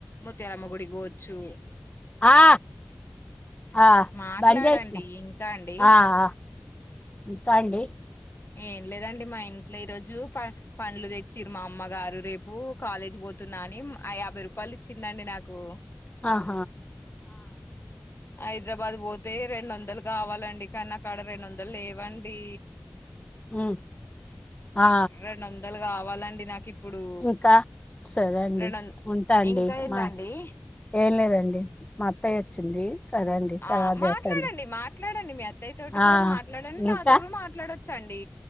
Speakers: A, on the left; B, on the left.
A: ముత్యాలమ్మ గుడికి పోవచ్చు
B: ఆ ఆ
A: మాట్లాడండి
B: బంద్ చేసిన
A: ఇంకా అండి
B: ఆ ఆ ఇంకా అండి
A: ఏం లేదండి మా ఇంట్లో ఈ రోజు పండ్లు తెచ్చిర్రు మా అమ్మగారు రేపు కాలేజీ పోతున్నాఅని యాభై రూపా పలిచ్చిందండి నాకు
B: ఆ
A: హైదరాబాద్ పో తే రెండు వందలు కావాలండి కానీ కాడ రెండు వందలు లేవండి
B: ఉమ్ ఆ
A: రెండు వందలు కావాలండి నాకు ఇప్పుడు
B: ఇంకా సరే అండి
A: రెండు వంద
B: ఉంటా అండి
A: ఇంకా ఏందండి
B: మా ఏం లేదండి మా అత్తయ్య వచ్చింది సరే అండి తర్వాత
A: ఆ
B: చేస్తా
A: మాట్లాడండి
B: అండి
A: మాట్ మాట్లాడండి మీ అత్త అత్తయా తోటి
B: ఆ
A: కూడా మాట్లాడండి నాతోటి
B: ఇంకా
A: కూడా మాట్లాడోచ్చండి